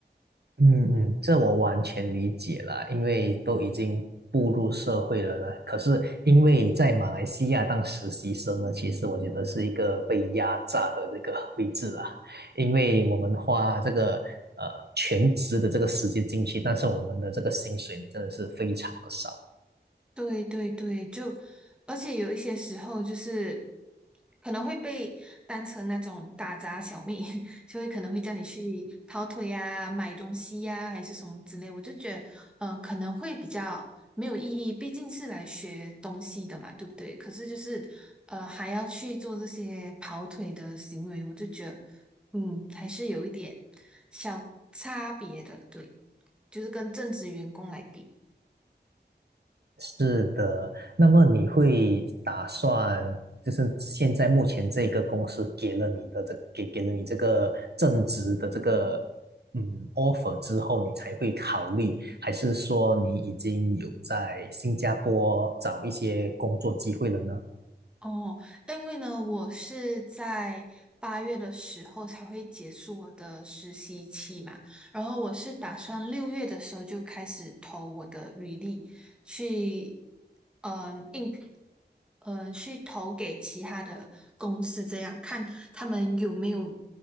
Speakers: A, on the right (about 65°); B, in the centre.
A: 嗯嗯，这我完全理解了，因为都已经步入社会了呢。可是因为在马来西亚当实习生呢，其实我觉得是一个被压榨的这个 <laughs> 位置啊，因为我们花这个呃全职的这个时间进去，但是我们的这个薪水真的是非常的少。
B: 对对对，就而且有一些时候就是可能会被当成那种打杂小妹，<laughs> 就会可能会叫你去跑腿呀、买东西呀、还是什么之类。我就觉得，嗯、可能会比较没有意义，毕竟是来学东西的嘛，对不对？可是就是呃，还要去做这些跑腿的行为，我就觉得，嗯，还是有一点小差别的，对，就是跟正职员工来比。
A: 是的，那么你会打算，就是现在目前这个公司给了你的这给给了你这个正职的这个嗯 offer 之后，你才会考虑，还是说你已经有在新加坡找一些工作机会了呢？
B: 哦，因为呢，我是在八月的时候才会结束我的实习期嘛，然后我是打算六月的时候就开始投我的履历去，嗯，应，嗯，去投给其他的公司，这样看他们有没有，